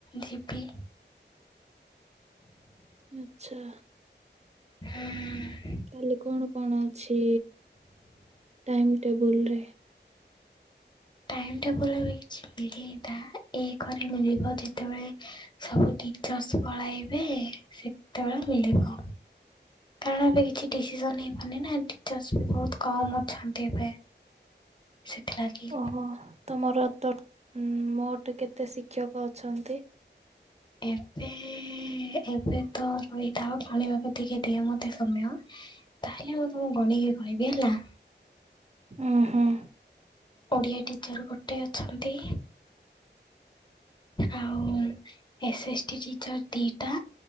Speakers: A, on the left (about 25°); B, on the right (about 35°).
A: ଯିବି।
B: ଆଚ୍ଛା।
A: ହୁଁ।
B: କାଲି କଣ କଣ ଅଛି ଟାଇମ୍ ଟେବୁଲରେ।
A: ଟାଇମ ଟେବୁଲ ଏବେ କିଛି ମିଳିନତା। ଏକରେ ମିଳିବ ଯେତେବେଳେ ସବୁ ଟିଚର୍ସ ପଳାଇବେ। ସେତେବେଳେ ମିଳିବ। କାରଣ ଏବେ କିଛି ଡିସିସନ ନେଇପରୁନିନା ଟିଚର୍ସ ବି ବହୁତ କମ ଅଛନ୍ତି ଏବେ। ସେଥିଲାଗି।
B: ଓହୋ ତମର। ତ ମୋଟ୍ କେତେ ଶିକ୍ଷକ ଅଛନ୍ତି?
A: ଏବେ ଏବେ ତ ରହିଥାଅ ଭାଳିବାକୁ ଟିକେ ଦିଅ ମତେ ସମୟ। ତାହେଲେ ମୁଁ ତମକୁ ଗଣିକି କହିବି ହେଲା।
B: ଉଁ ହୁଁ।
A: ଓଡ଼ିଆ ଟିଚର ଗୋଟେ ଅଛନ୍ତି। ଆଉ ଏସ ଏସ ଟି ଟିଚର ଦିଟା